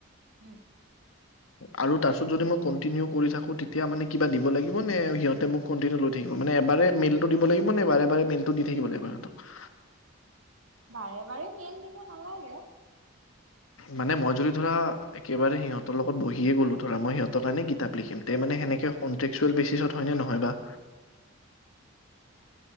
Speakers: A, on the right; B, on the left.
A: উম,
B: আৰু তাৰপিছত যদি মই কন্টিনিউ কৰি থাকো তেতিয়া মানে কিবা দিব লাগিব নে সিহঁতে মোক কন্টিনিউ লৈ থাকিব মানে এবাৰে মেইলটো দিব লাগিব নে বাৰে বাৰে মেইলটো দি থাকিব লাগিব সিহতক,
A: বাৰে বাৰে মেল দিব নালাগে।
B: মানে মই যদি ধৰা একেবাৰে সিহঁতৰ লগত বহিয়ে গ'লো ধৰা মই সিহঁতৰ কাৰণে কিতাপ লিখিম তে মানে সেনেকে কনট্ৰেকচুৱেল বেচিচত হয়নে নহয় বা।